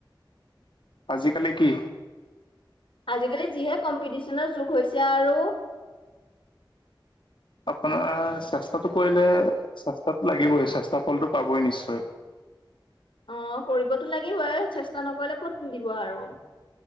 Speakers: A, on the left; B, on the left.
A: আজিকালি কি?
B: আজিকালি যিহে কম্পিটিচনৰ যুগ হৈছে আৰু
A: আপোনাৰ চেষ্টাতো কৰিলে চেষ্টাটো লাগিবই চেষ্টা ফলটো পাবই নিশ্চয়৷
B: অ কৰিবতো লাগিবই চেষ্টা নকৰিলে ক'ত নিদিব আৰু৷